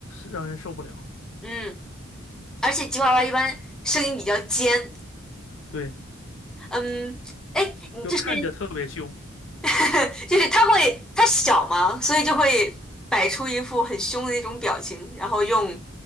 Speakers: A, on the left (about 65°); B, in the centre.
A: 让人受不了，
B: 嗯，而且吉娃娃一般声音比较尖，
A: 对，
B: 嗯，哎，你就是
A: 就看着特别凶，
B: <laughs> 就是它会它小嘛，所以就会摆出一副很凶的那种表情，然后用